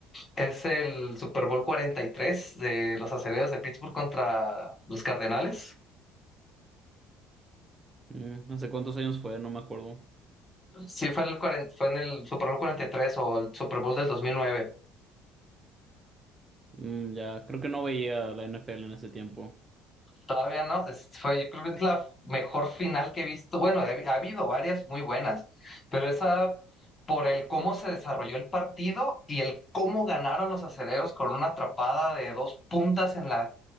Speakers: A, on the left (about 30°); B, on the right (about 30°).
A: Es el Super Bowl 43 de los Acereros de Pittsburgh contra los Cardenales.
B: Mm, no sé cuántos años fue, no me acuerdo.
A: Sí, fue en el, cuaren- fue en el Super Bowl 43 o el Super Bowl del 2009.
B: Mm, ya, creo que no veía la NFL en ese tiempo.
A: Todavía no, es- fue, yo creo que es la mejor final que he visto. Bueno, ha ha habido varias muy buenas, pero esa por el cómo se desarrolló el partido y el cómo ganaron los acereros con una atrapada de dos puntas en la,